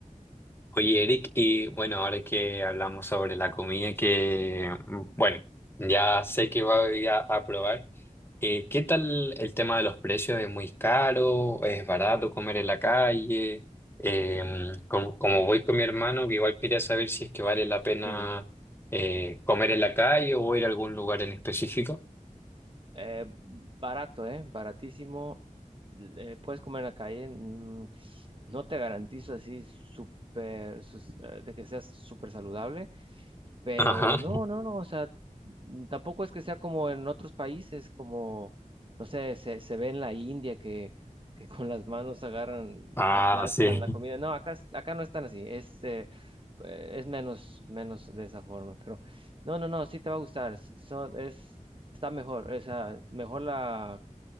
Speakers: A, on the left (about 15°); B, on the right (about 40°).
A: Oye, Eric, y bueno, ahora que hablamos sobre la comida que, mm, bueno, ya sé que voy a, a probar, eh, ¿qué tal el tema de los precios? ¿Es muy caro? ¿Es barato comer en la calle? Eh, como, como voy con mi hermano, que igual quería saber si es que vale la pena
B: Sí.
A: eh, comer en la calle o ir a algún lugar en específico.
B: Eh, barato, ¿eh? Baratísimo. L- eh, puedes comer en la calle. mm, No te garantizo así súper, sus- eh, de que seas súper saludable, Pero
A: Ajá.
B: no, no, no, o sea, mm, tampoco es que sea como en otros países, como, no sé, se, se ve en la India que, que con las manos agarran,
A: Ah,
B: aplastan
A: sí.
B: la comida. No, acá, es- acá no están así, es, eh, eh, es menos, menos de esa forma, pero no, no, no, sí te va a gustar, s- son, es, está mejor, o sea, mejor la,